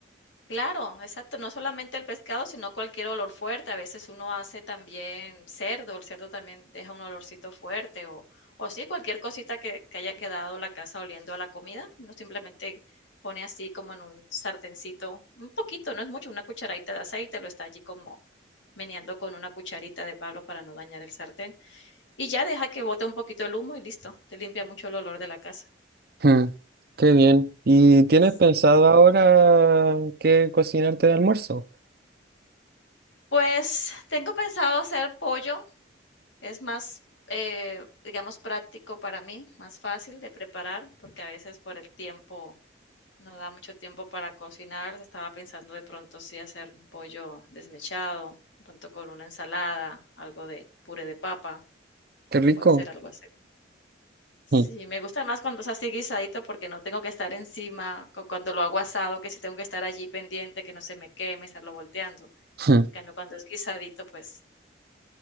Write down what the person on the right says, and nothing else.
Hmm, Qué bien. ¿Y tienes
pensado ahora qué cocinarte de almuerzo?
Qué rico.
Hmm.
<laughs>